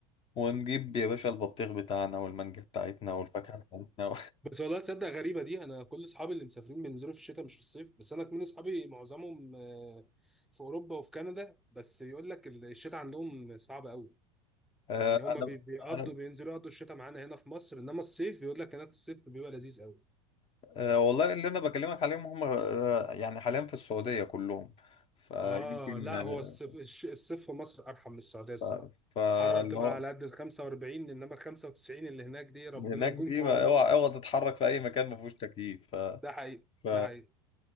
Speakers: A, on the left (about 30°); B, in the centre.
A: ونجيب يا باشا البطيخ بتاعنا والمانجا بتاعتنا والفاكهة بتاعتنا
B: بس والله تصدق غريبه دي انا كل اصحابي اللي مسافرين بينزلوا في الشتاء مش في الصيف بس انا كمان اصحابي معظمهم آه، في اوروبا وفي كندا بس يقول لك ال- الشتاء عندهم صعب قوي
A: آه،
B: يعني هما
A: انا
B: بي- بيقضوا
A: انا
B: بينزلوا يقضوا الشتاء معانا هنا في مصر انما الصيف يقول لك هناك الصيف بيبقى لذيذ قوي
A: آه، والله اللي انا بكلمك عليهم هم آه، يعني حاليا في السعوديه كلهم فيمكن
B: اه لا
A: آه،
B: هو الصيف الش- الصيف في مصر ارحم من السعوديه الصراحه
A: ف- فاللي
B: الحراره بتبقى
A: هو
B: على قد ال 45 انما ال 95 اللي هناك دي ربنا
A: هناك
B: يكون
A: دي
B: في
A: ما-
B: عونه
A: اوعى اوعى تتحرك في اي مكان ما فيهوش تكييف ف
B: ده حقيقي
A: ف
B: ده حقيقي